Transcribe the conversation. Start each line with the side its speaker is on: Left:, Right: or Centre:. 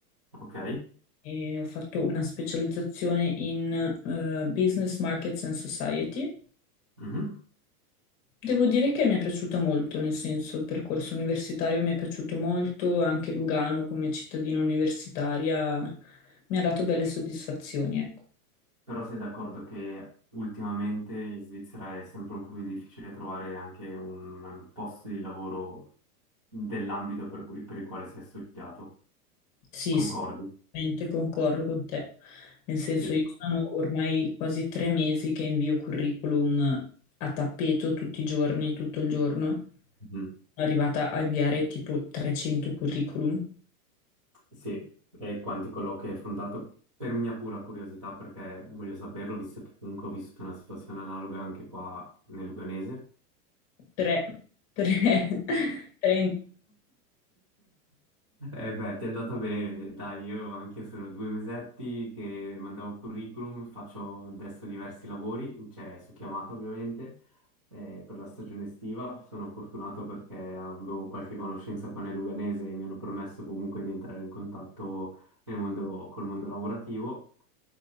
Right: Ok.
Left: e ho fatto una specializzazione in eh, Business Markets and Society.
Right: Mhm.
Left: Devo dire che mi è piaciuta molto, nel senso il percorso universitario mi è piaciuto molto, anche Lugano come cittadina universitaria mi ha dato belle soddisfazioni, ecco.
Right: Però sei d'accordo che ultimamente in Svizzera è sempre un po' più difficile trovare anche un posto di lavoro dell'ambito per cui- per il quale si è studiato.
Left: Sì,
Right: Concordi?
Left: sì, veramente concordo con te. Nel senso
Right: Sì.
Left: io sono ormai quasi tre mesi che invio curriculum a tappeto tutti i giorni, tutto il giorno. Sono
Right: Mhm.
Left: arrivata a inviare tipo 300 curriculum,
Right: Sì, e quanti colloqui hai affrontato? Per mia pura curiosità, perché voglio saperlo, visto che comunque ho vissuto una situazione analoga anche qua nel Luganese.
Left: tre, tre, <laughs> tre in
Right: Eh beh, ti è andata bene, dai, io anche sono due mesetti che mandavo curriculum, faccio adesso diversi lavori, cioè su chiamata ovviamente, eh, per la stagione estiva. Sono fortunato perché avevo qualche conoscenza qua nel Luganese e mi hanno permesso comunque di entrare in contatto nel mondo, col mondo lavorativo.